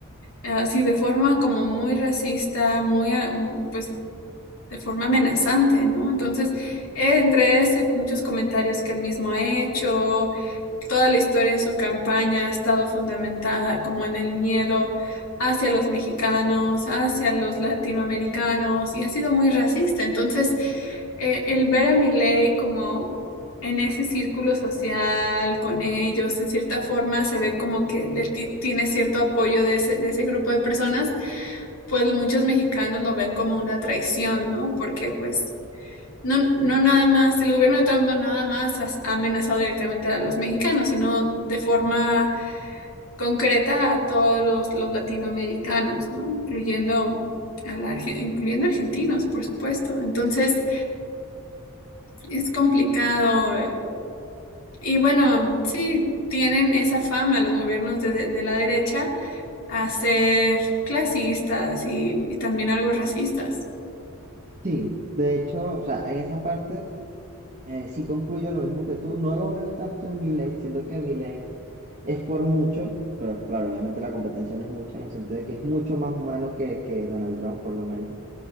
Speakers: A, on the left; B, on the right.
A: así de forma como muy racista, muy, a- mm, pues, de forma amenazante, ¿no? Entonces, eh, entre eso y muchos comentarios que él mismo ha hecho, Toda la historia de su campaña ha estado fundamentada como en el miedo hacia los mexicanos, hacia los latinoamericanos y ha sido muy racista. Entonces, eh, el ver a Milei como en ese círculo social con ellos, en cierta forma se ve como que le ti- tiene cierto apoyo de ese, de ese grupo de personas, pues muchos mexicanos lo ven como una traición, ¿no? Porque pues no, no nada más, el gobierno de Trump no nada más has- ha amenazado directamente a los mexicanos, sino de forma concreta a todos los, los latinoamericanos, ¿no? Incluyendo a la, Arge- incluyendo argentinos, por supuesto. Entonces, es complicado. eh, Y bueno, sí, tienen esa fama los gobiernos de, de- de la derecha a ser clasistas y, y también algo racistas.
B: sí. De hecho, o sea, en esa parte eh, sí concluyo lo mismo que tú. No lo veo tanto en mi ley, siento que mi ley es por mucho, pero claro, obviamente la competencia no es mucha, en el sentido de que es mucho más humano que, que Donald Trump, por lo menos.